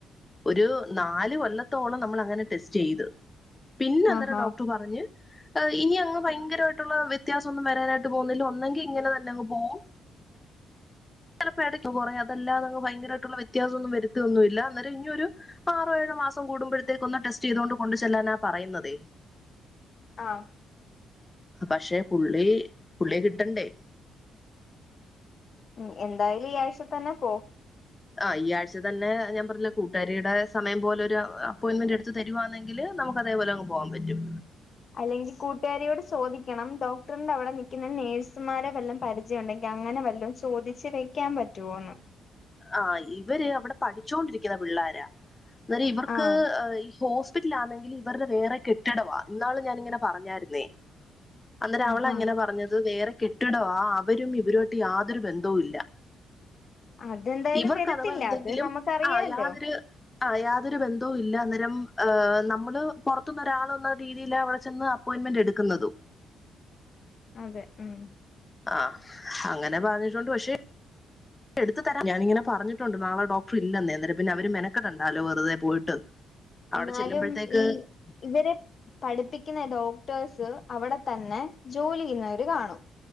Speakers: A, on the left (about 20°); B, on the left (about 45°).
A: ഒരു നാല് കൊല്ലത്തോളം നമ്മൾ അങ്ങനെ ടെസ്റ്റെയ്ത് പിന്നെ അന്നേരം
B: ആഹാ
A: ഡോക്ടർ പറ റഞ്ഞ് ഇനി അങ്ങ് ഭയങ്കരവായിട്ടുള്ള വ്യത്യാസൊന്നും വരാനായിട്ട് പോന്നില്ല ഒന്നെങ്കി ഇങ്ങനെ ത ലങ്ങ് പോവും ചിലപ്പോ ഇടക്ക് കുറേ അതല്ലാതങ്ങ് ഭയങ്കരായിട്ടുള്ള വ്യത്യാസൊന്നും വരുത്തൊന്നുല്ല അന്നേരം ഇനിയോരു ആറോ ഏഴോ മാസം കൂടുമ്പോഴതെക്ക് ഒന്ന് ടെസ്റ്റെയ്തോണ്ട് കൊണ്ട് ചെല്ലാനാ പറയുന്നതേ
B: ആഹ്
A: പക്ഷെ പുള്ളി പുള്ളിയെ കിട്ടണ്ടേ
B: ഉ എന്തായാലും ഈ ആഴ്ച തന്നെ പോ
A: ആഹ് ഈ ആഴ്ച തന്നെ ഞാൻ പറഞ്ഞില്ലേ കൂട്ടുകാരിയുടെ സമയം പോലെ ഒരു അപ്പോയിന്റ്മെന്റ് എടു തരുവാന്നെങ്കില് നമുക്ക് അതേപോലെങ്ങ് പോകാൻ പറ്റും
B: അല്ലെങ്കിൽ കൂട്ട കക്കരിയോട് ചോദിക്കണം ഡോക്ടറിന്റെ അവിടെ നിൽക്കുന്ന നേഴ്സുമാരെ വല്ലും പരിചയ ഉണ്ടെങ്കിൽ അങ്ങനെ വല്ലോ ചോദി വ വെക്കാൻ പറ്റുവോന്ന്
A: ആ ഇവര് അവിടെ പഠിച്ചോണ്ടിരിക്കുന്ന പിള്ളോര അം ഇവർക്ക്ഈ
B: ആഹ്
A: ഹസ്പിറ്റിലാെങ്കിൽ ഇവരുടെ വേറെ കെട്ടിടവാ എന്നാള ഞാനിങ്ങനെ പറഞ്ഞായിരുന്നേ അന്നേരം
B: ആഹാ
A: അവള അങ്ങനെ പറഞ്ഞത് വേറെ കെട്ടിടവാ അവരും ഇവരോട്ട് യാതൊരു ബന്ധവും ഇല്ല
B: അതെന്തായാലും
A: ഇവർക്ക്
B: വരത്തില്ല
A: അഥവാ എന്തെങ്കിലും
B: അത് നമുക്കറിയാലോ
A: ആ യാതൊരു ആ യാതൊരു ബന്ധവും ഇല്ല അന്നേരം നമ്മള് പുറത്തുനി ഒരാൾന്ന രീതിയിൽ അവിടെ ചെന്ന് അപ്പോയിൻമെന്റ് എടുക്കതോ
B: അതെ ഉം
A: ആഹ അങ്ങനെ പറഞ്ഞിട്ടുണ്ട് പക്ഷെ എടുത്ത തരാൻ ഞാനങ്ങനെ പറഞ്ഞിട്ടുണ്ട് നാളെ ഡോക്ടർ ഇല്ലെന്നേ പിന്നെ അവര് മെനെകടണ്ടാലോ പോയി്ട്ട് അവിടെ
B: എന്നാലും
A: ചെല്ലുമ്പോഴത്തേക്ക്
B: ഈ ഇവരെ പഠിപ്പിക്കുന്ന ഡോക്ടേഴസ് അവിടെ തന്നെ ജോലി ചെയ്യുന്നവര് കാണും